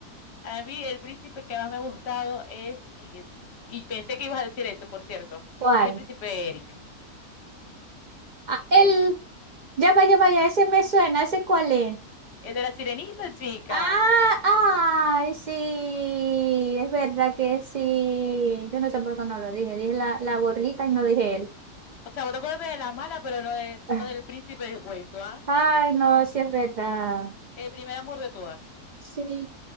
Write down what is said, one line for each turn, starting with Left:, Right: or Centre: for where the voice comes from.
Left: a mí el príncipe que más me ha gustado es, y y pensé que ibas a decir ese, por cierto,
Right: ¿Cuál?
Left: es el príncipe Eric.
Right: Ah, él,
Left: Eric.
Right: ya vaya, vaya, ese me suena, ¿ese cuál es?
Left: El de la sirenita, chica.
Right: Ah, ay, sí, es verdad que sí. Yo no sé por qué no lo dije, dije la, la gorrita y no dije él.
Left: O sea, vos te acuerdas de la mala, pero no, de,
Right: <laughs>
Left: no del príncipe del cuento, ¿ah?
Right: Ah, Ay, no, sí es verdad.
Left: El primer amor de todas.
Right: Sí,